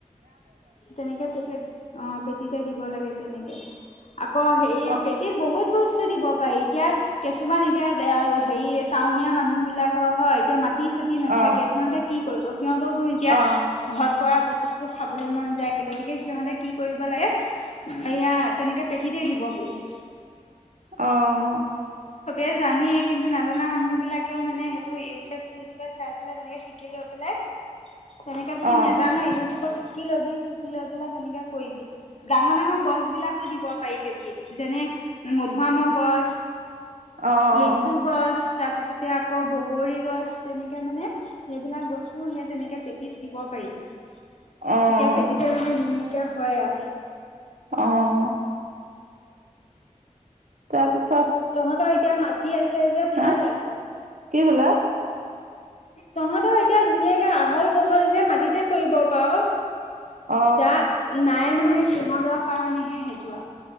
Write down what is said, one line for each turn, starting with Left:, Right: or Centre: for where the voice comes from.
Left: তেনেকে পেকেট। অ পেটিতে দিব লাগে তেনেকে।। আকৌ হেৰি
Right: অঁ
Left: পেটীৰ বহুত বস্তু। বস্তু দিব পাৰি। এতিয়া কিছুমান এতিয়া হেৰি টাউনীয়া মানুহ বিলাকৰ হয়, এতিয়া মাটি। মাটি চাটি নথাকে
Right: অঁ
Left: সিহঁতে কি। <inaudible> পদ্য। <inaudible> সিহঁতেওতো এতিয়া
Right: অঁ
Left: ঘৰত কৰাব। বস্তু খাবলে মন। যায় গতিকে সিহঁতে কি কৰিব লাগে। এয়া তেনেকে পেটিতে দিব। ইহ। <inaudible>
Right: অ, অ।
Left: এ জানেই কিন্তু নাজানা মানুহ বিলাকেওঁ মানে সেইটো ইউটিউব চিইউটিউবত চাই পেলাই তেনেকে শিকিলৈ পেলাই তেনেকা যদি
Right: অঁ
Left: নাজানে ইউটিউবত কি লবি। শিকিলৈ পেলাই তেনেকে কৰিবি ডাঙৰ ডাঙৰ গছ বিলাকো দিব পাৰি পেটিত যেনে মধুআমৰ গছ।
Right: অঁ
Left: লেচু গছ তাৰপিছতে আকৌ বগৰী গছ।। তেনেকে মানে। <inaudible> সেইবিলাক গছ ও সে তেনেকে। <inaudible> পেটিত দিব পাৰি। <inaudible>
Right: অ, অ।
Left: তেতিয়া পেটিতে মানে ধুনীয়া ক হয়য়া
Right: আহ তাৰ পিছ
Left: তহঁতৰ এতিয়া মাতি আছে যে
Right: হা
Left: ভাল আৰু
Right: কি বোলে
Left: তহঁতৰ এতিয়া ধুনীয়াকে আহল বহল যে মাটিতে কৰিব পাৰ
Right: অ
Left: যা নাই মানে সিহঁতৰ কাৰণেহে সেইটো আও